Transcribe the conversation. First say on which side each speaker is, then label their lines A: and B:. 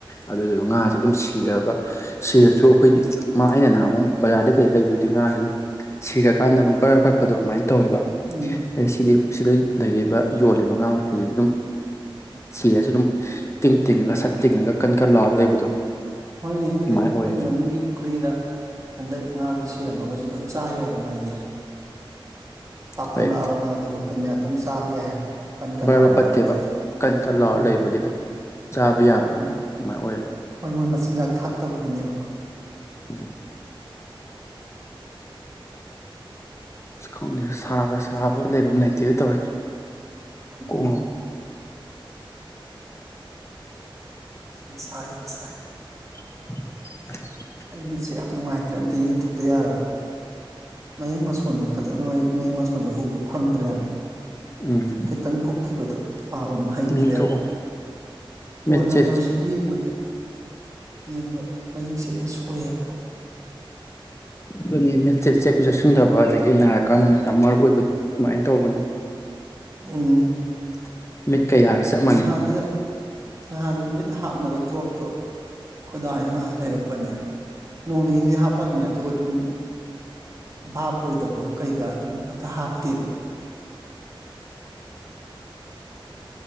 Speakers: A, on the left; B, on the right.
A: ꯑꯗꯨꯗꯨꯁꯨ ꯉꯥꯁꯦ ꯑꯗꯨꯝ ꯁꯤꯔꯒ ꯁꯤꯔꯁꯨ ꯑꯩꯈꯣꯏꯒꯤ ꯃꯥ ꯑꯩꯅ ꯅꯍꯥꯃ ꯕꯖꯥꯔꯗ ꯀꯩꯗ ꯂꯩꯕꯗꯨꯗꯤ ꯉꯥꯁꯦ ꯑꯗꯨꯝ ꯁꯤꯔꯀꯥꯟꯗ ꯑꯃꯨꯛ ꯕꯔ ꯑ ꯄꯠꯄꯗꯣ ꯑꯗꯨꯃꯥꯏꯅ ꯇꯧꯋꯦꯕ
B: ꯎꯝ
A: ꯑꯗꯩ ꯁꯤꯗꯤ ꯁꯤꯗ ꯂꯩꯔꯤꯕ ꯌꯣꯜꯂꯤꯕ ꯉꯥ ꯃꯈꯩꯁꯤꯗꯤ ꯑꯗꯨꯝ ꯁꯤꯔꯁꯨ ꯑꯗꯨꯝ ꯇꯤꯡ ꯇꯤꯡꯉꯒ ꯁꯠ ꯇꯤꯡꯉꯒ ꯀꯟ ꯀꯟ ꯂꯥꯎꯔ ꯂꯩꯕꯗꯣ
B: ꯍꯣꯏꯅꯦ ꯍꯥꯏꯅꯦ
A: ꯑꯗꯨꯃꯥꯏꯅ
B: ꯑꯩꯈꯣꯏ
A: ꯑꯣꯏ
B: ꯃꯅꯤꯡꯒꯤ ꯄꯨꯈ꯭ꯔꯤꯗ ꯍꯟꯗꯛ ꯉꯥꯗꯣ ꯁꯤꯔꯝꯃꯒꯁꯨ ꯂꯣꯏ ꯆꯆꯥ ꯌꯥꯏ ꯅꯨꯡꯉꯥꯏꯅꯦ ꯇ
A: ꯍꯣꯏ
B: ꯈꯜꯂ ꯑꯕ ꯉꯍꯗꯨꯛꯇ ꯇꯥꯕ ꯌꯥꯏ ꯍꯥꯏꯕ ꯀꯟ ꯀꯟ
A: ꯕꯔꯕꯔ
B: ꯂꯥꯎꯔꯒ
A: ꯄꯠꯇꯦꯕ
B: ꯑꯗꯨꯝ ꯂꯩ
A: ꯀꯟ ꯀꯟ ꯂꯥꯎꯔ
B: ꯎꯝ
A: ꯂꯩꯕꯒꯤ ꯑꯗꯨꯝ ꯆꯥꯕ ꯌꯥꯕꯗꯣ
B: ꯎꯝ
A: ꯑꯗꯨꯃꯥꯏꯅ ꯑꯣꯏꯌꯦꯕ
B: ꯍꯣꯏ ꯃꯣꯏ ꯃꯆꯤꯟꯖꯥꯛ ꯊꯥꯛꯇꯕꯒꯤꯅꯦꯕ
A: ꯎꯝ ꯈꯪꯗꯦ ꯁꯥꯒ ꯁꯥꯕ ꯂꯩꯐꯝ ꯂꯩꯇꯦ ꯑꯗꯨ ꯇꯧꯔꯦ ꯀꯣꯛ
B: ꯎꯝ
A: ꯉꯥꯎ
B: ꯁꯁꯥꯏ ꯍꯁꯥꯏ
A: <unintelligible>
B: ꯑꯩ ꯃꯤꯠꯁꯦ ꯌꯥꯝ ꯅꯨꯡꯉꯥꯏꯇ꯭ꯔꯦ ꯑꯝꯇ ꯌꯦꯡꯊꯣꯛꯄ ꯌꯥꯔꯔꯦ ꯃꯌꯦꯛ ꯃꯁꯣꯟꯁꯦ ꯐꯖꯅꯌꯦꯛ ꯃꯌꯦꯛ ꯃꯣꯟꯁꯦ ꯎꯕ ꯐꯪꯗ꯭ꯔꯦ ꯍꯥꯏꯕ
A: ꯎꯝ
B: ꯈꯤꯇꯪ ꯀꯨꯞꯈꯤꯕꯗꯣ ꯄꯥꯕ ꯑꯃ ꯍꯩꯇ꯭ꯔꯦꯕ
A: ꯏꯪꯊꯣꯛꯑꯣ
B: ꯐꯣꯟ
A: ꯃꯤꯠꯁꯦ
B: ꯅꯝꯕꯔꯁꯤ ꯌꯦꯡꯕꯗ ꯌꯦꯡꯕ ꯃꯌꯦꯛꯁꯦꯗ ꯁꯣꯏ ꯍꯥꯏꯕ꯭ꯔꯣ
A: ꯑꯗꯨꯅꯤ ꯃꯦꯠꯆꯠ ꯆꯦꯛꯀ ꯆꯦꯛꯁꯤꯟꯗꯕ ꯑꯗꯒꯤ ꯅꯥꯔꯀꯥꯟꯗꯅ ꯌꯥꯝ ꯃꯔꯨ ꯑꯣꯏꯕꯗꯣ ꯑꯗꯨꯃꯥꯏꯅ ꯇꯧꯕꯅꯤ
B: ꯎꯝ
A: <unintelligible> ꯆꯞ ꯃꯥꯟꯅꯩ
B: ꯍꯥꯟꯖꯤ ꯍꯥꯟꯖꯤ ꯃꯤ ꯍꯥꯞꯅꯕ ꯗ꯭ꯔꯣꯞꯇꯣ ꯈꯗꯥꯅ ꯉꯍꯥꯟ ꯂꯩꯔꯛꯄꯅꯦ ꯅꯣꯡ ꯅꯤꯅꯤꯗꯤ ꯍꯥꯞꯄꯝꯃꯦ ꯑꯗꯨꯒ ꯑꯗꯨꯝ ꯚꯥꯞ ꯑꯣꯏꯗꯕꯒ ꯀꯩꯒ ꯑꯗꯨꯝ ꯍꯛꯇ ꯍꯥꯞꯇꯦꯕ